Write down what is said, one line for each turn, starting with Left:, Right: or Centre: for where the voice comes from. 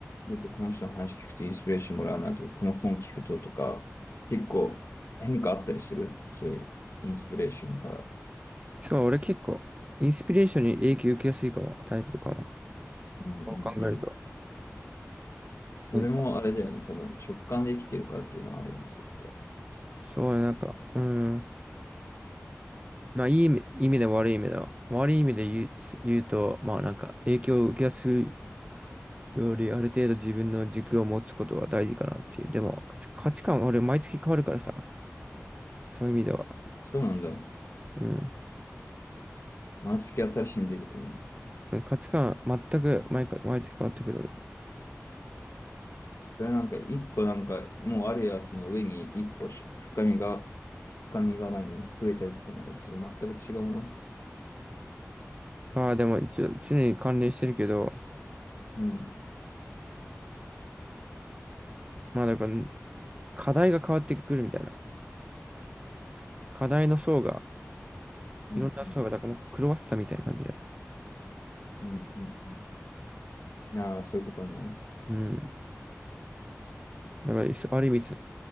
Left: よくこの人の話聞くとインスピレーションもらうなとか、この本聞くととか、結構変化あったりする。そういうインスピレーションから。
Right: そう、俺結構、インスピレーションに影響受けやすいかも、タイプかも。
Left: うんうんうん。
Right: そう考えると。
Left: それもあれだよね。
Right: なんか
Left: 多分直感で生きてるからっていうのはあるんですよ。
Right: そう、なんか、うん。まあ、いい意味、意味で悪い意味では。悪い意味で言う、言うと、まあ、なんか、影響を受けやすいより、ある程度自分の軸を持つことが大事かなっていう。でも、価値観、俺、毎月変わるからさ。そういう意味では。
Left: そうなんだ。
Right: うん。
Left: 毎月新しいの出てくるの。
Right: うん価値観、全く毎回、毎月変わってくる、俺。
Left: それなんか一個なんかもうあるやつの上に一個深みが、深みが何増えたみたいな感じ。ちょっと全く違うな。
Right: まあ、でも、一応、常に関連してるけど、
Left: うん。
Right: まあ、だから、課題が変わってくるみたいな。課題の層が、
Left: うん。
Right: いろんな層が、
Left: うん。
Right: だからもう狂わせたみたいな感じで。
Left: うん。うんああー、そういうことね。
Right: うん。だから、そある意味、そ